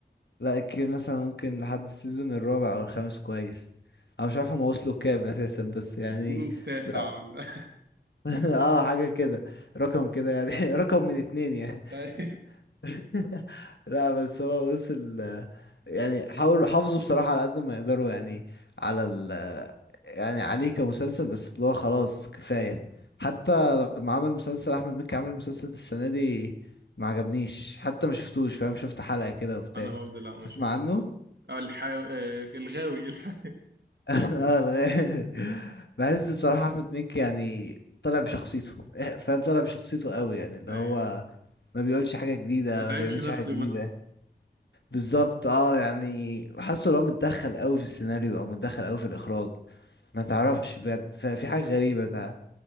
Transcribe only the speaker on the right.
بتقولوا التاسع
ولا
<laughs> لا
انا برضه لا ما
شفت
آه، الحا... آه، الغاوي <laughs> الح...
أيوة.
ما تعبش
نفسه
يمثل